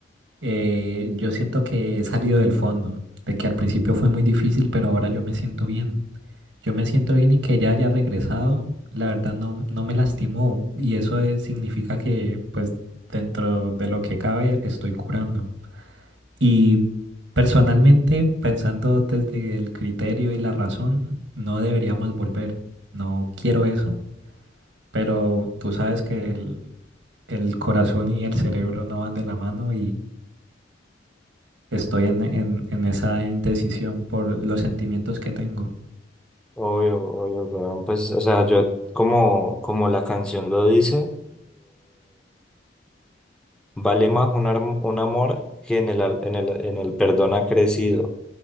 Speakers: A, on the right (about 85°); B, in the centre.
A: Eh, yo siento que he salido del fondo, de que al principio fue muy difícil, pero ahora yo me siento bien. Yo me siento bien y que ella haya regresado, la verdad no, no me lastimó y eso es- significa que pues dentro de lo que cabe estoy curando. Y personalmente, pensando desde el criterio y la razón, no deberíamos volver. No quiero eso, pero tú sabes que el, el corazón y el cerebro no van de la mano Estoy en, en, en esa indecisión por los sentimientos que tengo.
B: Obvio, obvio, weón, Pues, o sea, yo como, como la canción lo dice, Vale más un, arm- un amor que en el, al- en el, en el perdón ha crecido.